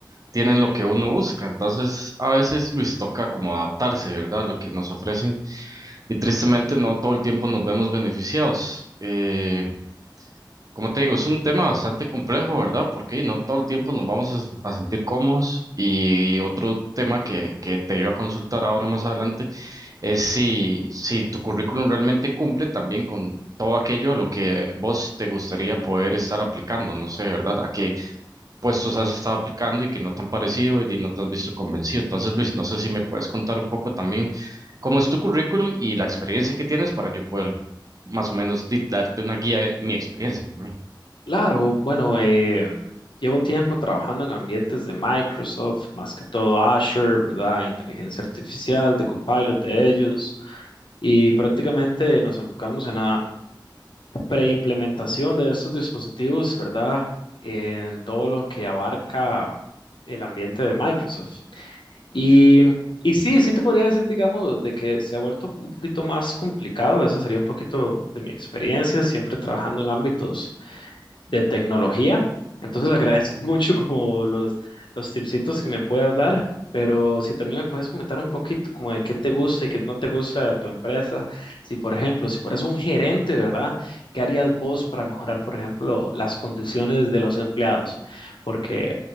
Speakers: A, on the right; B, on the left.
A: tienen lo que uno busca, entonces a veces Luis toca como adaptarse, ¿verdad? A lo que nos ofrecen y tristemente no todo el tiempo nos vemos beneficiados. Eh, como te digo, es un tema bastante complejo, ¿verdad? Porque y, no todo el tiempo nos vamos a, a sentir cómodos y otro tema que, que te iba a consultar ahora más adelante es si, si tu currículum realmente cumple también con todo aquello a lo que vos te gustaría poder estar aplicando. No sé, ¿verdad? ¿A qué puestos has estado aplicando y que no te han parecido y de- no te has visto convencido? Entonces, Luis, no sé si me puedes contar un poco también cómo es tu currículum y la experiencia que tienes para yo poder más o menos di- darte una guía de mi experiencia también.
B: Claro, bueno, eh, llevo tiempo trabajando en ambientes de Microsoft, más que todo Azure, ¿verdad? Inteligencia artificial, de Copilot de ellos, y prácticamente nos enfocamos en preimplementación de estos dispositivos, ¿verdad? En todo lo que abarca el ambiente de Microsoft. Y, y sí, sí te podría decir, digamos, de que se ha vuelto un poquito más complicado. Esa sería un poquito de mi experiencia, siempre trabajando en ámbitos de tecnología. Entonces agradezco <laughs> mucho como los, los tipsitos que me puedas dar, pero si también me puedes comentar un poquito como de qué te gusta y qué no te gusta de tu empresa. Si, por ejemplo, si fueras un gerente, ¿verdad? ¿Qué harías vos para mejorar, por ejemplo, las condiciones de los empleados? Porque